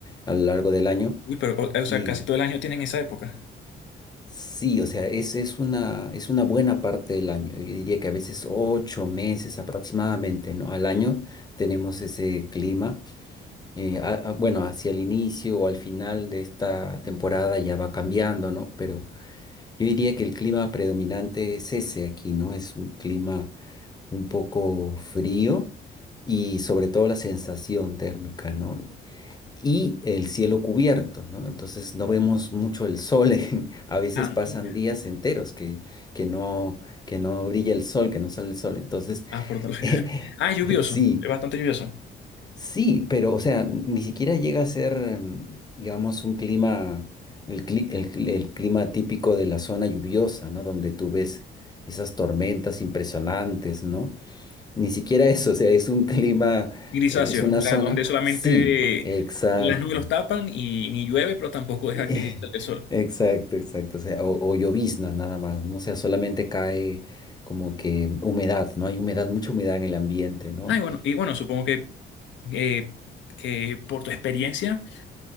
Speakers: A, on the left (about 20°); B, on the left (about 70°).
A: A lo largo del año.
B: Uy, pero, o, o
A: Y
B: sea, casi todo el año tienen esa época.
A: sí, o sea, es, es una, es una buena parte del año. Yo diría que a veces ocho meses aproximadamente, ¿no? Al año tenemos ese clima. Eh, a- a- bueno, hacia el inicio o al final de esta temporada ya va cambiando, ¿no? Pero yo diría que el clima predominante es ese aquí, ¿no? Es un clima un poco frío y sobre todo la sensación térmica, ¿no? Y el cielo cubierto, ¿no? Entonces no vemos mucho el sol. <laughs> en- a veces
B: Ah,
A: pasan
B: no.
A: días enteros que, que no, que no brilla el sol, que no sale el sol. Entonces,
B: Ah, por todo
A: <laughs>
B: el
A: eh,
B: <laughs> Ah, es lluvioso,
A: sí,
B: es bastante lluvioso.
A: sí, pero o sea, ni siquiera llega a ser, em, digamos, un clima, el, cli- el cli- el clima típico de la zona lluviosa, ¿no? Donde tú ves esas tormentas impresionantes, ¿no? Ni siquiera eso, o sea, es un clima,
B: Grisáceo,
A: eh, es una
B: o sea,
A: zona.
B: donde solamente
A: Sí, exacto.
B: las nubes los tapan y ni llueve, pero tampoco deja
A: Y-
B: que salga el sol.
A: <laughs> Exacto, exacto. O sea, o, o llovizna nada más, ¿no? O sea, solamente cae como que humedad, ¿no? Hay humedad, mucha humedad en el ambiente, ¿no?
B: Ah, y bueno, y bueno, supongo que, eh, que por tu experiencia